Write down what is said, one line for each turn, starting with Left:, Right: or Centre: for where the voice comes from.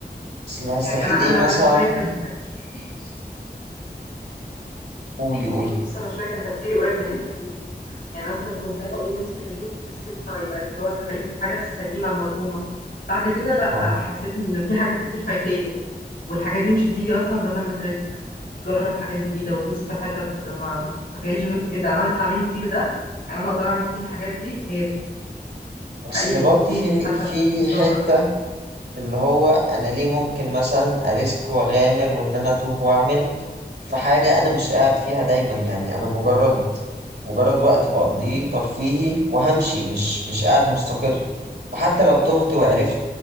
Right: بس اللي هستفيد
Left: يعني انا انا
Right: إيه مثلا
Left: انا شويه كان <laughs> تفكيري
Right: قولي قولي
Left: بص انا شويه كان تفكيري قريب من اللي انت بتقوله يعني مثلا كنت ساعتها اقول لنفسي خليني في السيف سايد عارف اللي هو انت خليك في الحاجه السليمه المضمونه بعد كده لا
Right: أهو
Left: حسيت ان في حاجات كتير فايتاني والحاجات دي مش هتيجي اصلا غير لما تريسك جرب حاجات جديده ودوس في حتت ما, ما تتخيلش ان انت ايه ده انا يطلع مني كل ده يعني انا اقدر اعمل كل الحاجات دي هي دي
Right: اصل
Left: حقيقي
Right: برضه
Left: بتفيد
Right: في
Left: حتى
Right: في
Left: في مستوى
Right: حته اللي هو انا ليه ممكن مثلا اريسك واغامر وان انا اتوه واعمل في حاجه انا مش قاعد فيها دايما يعني انا مجرد مجرد وقت بقضيه
Left: مم.
Right: ترفيهي وهمشي مش مش قاعد مستقر فحتى لو تهت وعرفت